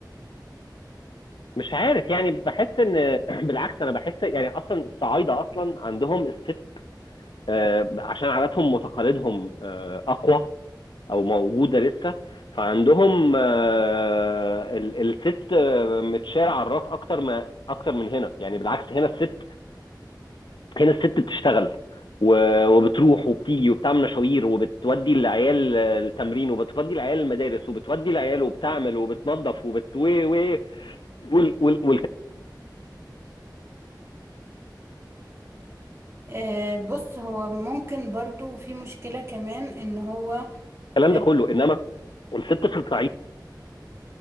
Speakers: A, on the left; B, on the right.
A: مش عارف يعني بحس ان <clears throat> بالعكس انا بحس يعني اصلا الصعايده اصلا عندهم الست آه، عشان عاداتهم وتقاليدهم آه، اقوى او موجوده لسه فعندهم آه، ال- الست آه، متشال على الراس اكتر ما اكتر من هنا يعني بالعكس هنا الست هنا الست بتشتغل و- وبتروح وبتيجي وبتعمل مشاوير وبتودي العيال التمرين وبتودي العيال المدارس وبتودي العيال وبتعمل وبتنظف وبت و و وال وال والكلام
B: آه، بص هو ممكن برضو في مشكلة كمان ان هو آه،
A: ده كله انما الست في الصعيد